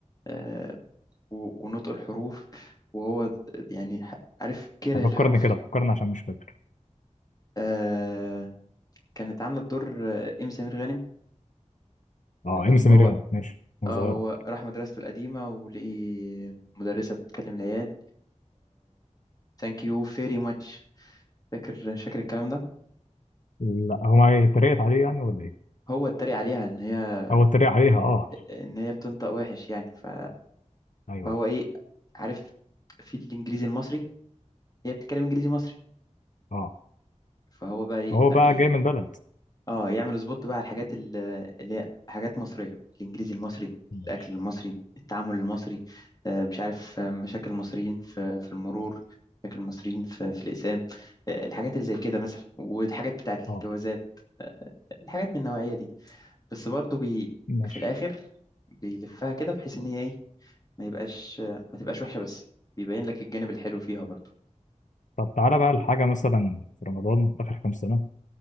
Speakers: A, on the left; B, on the left.
A: آه، و- ونطق الحروف وهو يعني عارف كره
B: طب
A: الحروف
B: فكرني كده فكرني عشان مش فاكر
A: آه، كانت عاملة دور آه، إيمي سمير غانم
B: اه
A: لما
B: ام سي ميريان
A: هو
B: ماشي وصغيره
A: اه هو راح مدرسته القديمة ولقي مدرسة بتكلم العيال ثانك يو فيري ماتش فاكر مش فاكر الكلام ده
B: لا هو ما اتريقت عليه يعني ولا ايه؟
A: هو اتريق عليها ان هي
B: هو اتريق عليها اه
A: ان هي بتنطق وحش يعني ف...
B: ايوه
A: فهو
B: أيوه.
A: ايه عارف في الانجليزي المصري هي بتتكلم انجليزي مصري
B: اه
A: فهو بقى ايه
B: هو
A: لا
B: بقى جاي من بلد
A: اه يعمل سبوت بقى على الحاجات ال- اللي هي حاجات مصرية الانجليزي المصري
B: ماشي
A: الاكل المصري التعامل المصري آه، مش عارف آه، مشاكل المصريين في في المرور مشاكل المصريين في في الاقسام آه، الحاجات اللي زي كده مثلا والحاجات بتاعت
B: اه
A: الجوازات آه، الحاجات من النوعية دي بس برضو بي
B: ماشي
A: في الاخر بيلفها كده بحيث ان هي ايه ما يبقاش آه، ما تبقاش وحشة بس بيبين لك الجانب الحلو فيها برضو
B: طب تعالى بقى لحاجة مثلا في رمضان آخر كام سنة